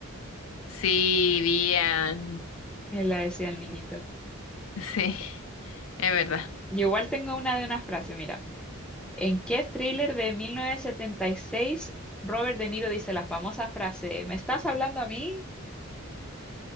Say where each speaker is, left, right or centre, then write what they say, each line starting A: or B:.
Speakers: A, on the left; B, in the centre.
A: Sí, bien.
B: él la decía el niñito.
A: <laughs> Sí, es verdad.
B: Yo igual tengo una de una frase, mira. ¿En qué thriller de 1976 Robert De Niro dice la famosa frase, ¿me estás hablando a mí?